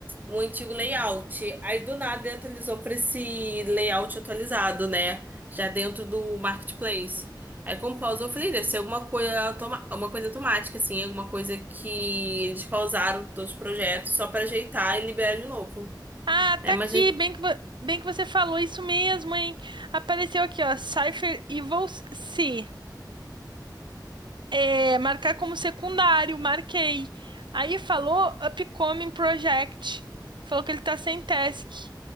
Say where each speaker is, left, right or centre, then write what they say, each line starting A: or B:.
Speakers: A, on the right; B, on the right.
A: o antigo layout. Aí do nada ele atualizou para esse layout atualizado, né? Já dentro do marketplace. Aí com pausa eu falei, deve ser alguma coisa, automa- uma coisa automática, assim, alguma coisa que eles pausaram todos os projetos só para ajeitar e liberar de novo.
B: Ah,
A: Aí,
B: tá
A: mas
B: aqui.
A: ele-
B: Bem que, vo- bem que você falou isso mesmo, hein? Apareceu aqui, ó. Cypher Evils C. É, marcar como secundário. Marquei. Aí falou Upcoming Project. Falou que ele tá sem task.